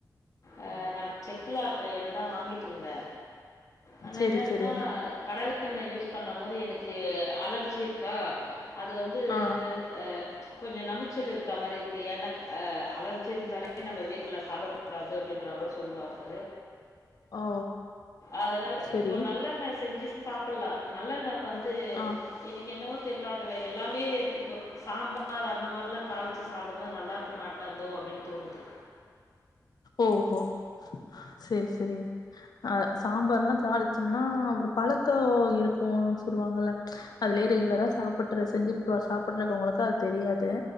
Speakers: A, on the left; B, on the left.
A: அ நா செக்குல ஆட்ற எண்ணெதா வாங்கி ட்ருந்த ஆனா
B: செரி
A: என்னன்னா
B: செரி
A: கடலெ ண்ண யூஸ் பண்ணும்போது எனக்கு அலர்ஜி இருக்கா அது வந்து
B: ஆ
A: அ கொஞ்ச நமிச்சல் இருக்கா மாரி இருக்கு ஏன்னா அ அலர்ஜி இருந்தாலே நம்ம வேர்கல சாப்ட கூடாது அப்டின்ற மாரி சொல்வாங்க
B: ஓ
A: அதனால
B: செரி
A: இப்போ நல்லெண்ணெ செஞ்சு சாப்பல்லா நல்லெண்ண வந்து
B: ஆ
A: எனக்கு என்னவோ தெர்ல அதுல எல்லாமே இப்ப சாம்பார் அந்த மார்லா தாளிச்சு சாப்டும் போது நல்லாருக்க மாட்டாந்தோ அப்படின்னு தோணுது
B: ஓஹோ செரி செரி அ சாம்பார்ல்லா தாளிச்சம்னா ஒரு பழக்கோ இருக்கு சொல்லுவாங்கல்ல அதுலயே ரெகுலரா சாப்பிட்டு செஞ்சு சாப்பிடுறவங்களுக்கு அது தெரியாது